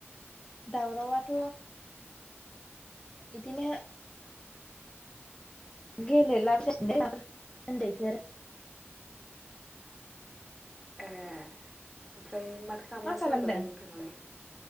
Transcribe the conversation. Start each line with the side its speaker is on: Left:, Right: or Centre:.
Left: दावरावाथ' इदिनो गेल लाब ला द ज
Centre: ए ओमफ्राय माथो खालामगासिनो
Left: मा खालामदों
Centre: दंबालाय नोंथाङालाय